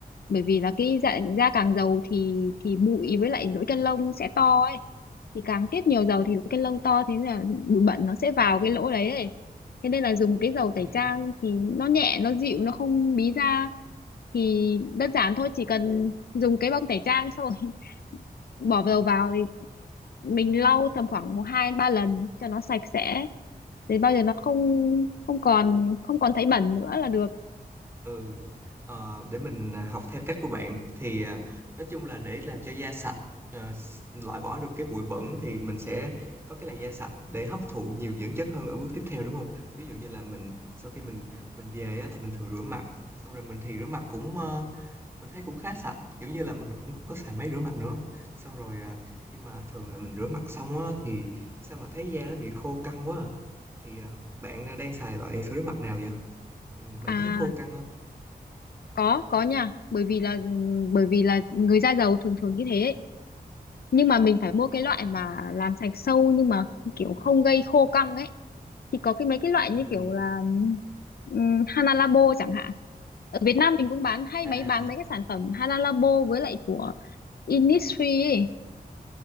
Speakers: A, on the left (about 75°); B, on the right (about 15°).
A: Bởi vì là cái da, da càng dầu thì thì bụi với lại lỗ chân lông sẽ to ấy. Thì càng tiết nhiều dầu thì lỗ chân lông to thế nên là bụi bẩn nó sẽ vào cái lỗ đấy ấy. Thế nên là dùng cái dầu tẩy
B: ừ,
A: trang thì nó nhẹ, nó dịu, nó không bí da. Thì đơn giản thôi, chỉ cần dùng cái bông tẩy trang xong rồi <laughs> bỏ dầu vào thì mình lau tầm khoảng một hai ba lần cho nó sạch sẽ đến bao giờ nó không không còn không còn thấy bẩn nữa là được
B: ừ. Ờ, để mình ờ, học theo cách của bạn thì ờ, nói chung là để làm cho da sạch ờ, s- loại bỏ được cái bụi bẩn thì mình sẽ có cái làn da sạch để hấp thụ nhiều dưỡng chất hơn ở bước tiếp theo đúng không ví dụ như là mình sau khi mình mình về á, thì mình thường rửa mặt xong rồi mình thì rửa mặt cũng ờ, Mình thấy cũng khá sạch, kiểu như là, mình cũng có xài máy rửa mặt nữa. Xong rồi, à, nhưng mà thường là mình rửa mặt xong á thì sao mà thấy da nó bị khô căng quá à. Thì, à, bạn, a, đang xài loại sữa rửa mặt nào vậy? Ừm, bạn
A: à
B: có thấy khô căng không?
A: có có nha bởi vì là bởi vì là người da dầu thường thường như thế ấy. nhưng mà mình phải mua cái loại mà làm sạch sâu nhưng mà kiểu không gây khô căng ấy thì có cái mấy cái loại
B: Ừm,
A: như kiểu là um, Hana Labo chẳng hạn ở Việt Nam mình cũng bán hay
B: à,
A: mấy bán mấy cái sản phẩm Hana Labo với lại của Innisfree ấy